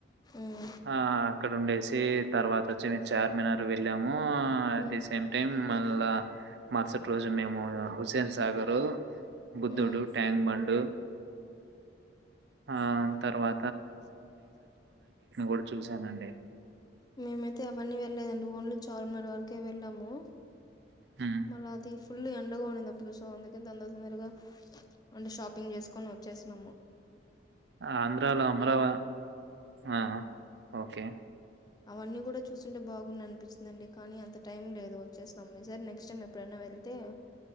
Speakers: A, on the left; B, on the right.
A: ఉమ్
B: ఆ అక్కడ ఉండేసి తర్వాత వచ్చి మేము చార్మనారు వెళ్ళాము ట్
A: ఉమ్
B: ది సేమ్ టైమ్ మళ్ళ మరుసటి రోజు మేము హుసేన్ సాగరు బుద్ధుడు
A: ఉమ్
B: ట్యాంక్ బండ్ ఆ తర్వా కూడా చూసానండి
A: మేమైతే అవన్నీ వెళ్లేదండి ఓన్లీ చార్మినార్ వరకే వెళ్ళాము
B: హ్మ్
A: మళ్ళా అది ఫుల్లు ఎండగ ఉండింది అప్పుడు సో అందుకే తొందర తొందరగా అంటే షాపింగ్ చేస్కొని వచ్చేసినము.
B: ఆంధ్రాలో అమరావ ఆ ఓకే
A: అవన్నీ కూడా చూసుంటే బాగుం అనిపించిందండి కానీ అంత టైం లేదు వచ్చేసినం ఈ సారి నెక్స్ట్ టైం ఎప్పుడైనా వెళ్తే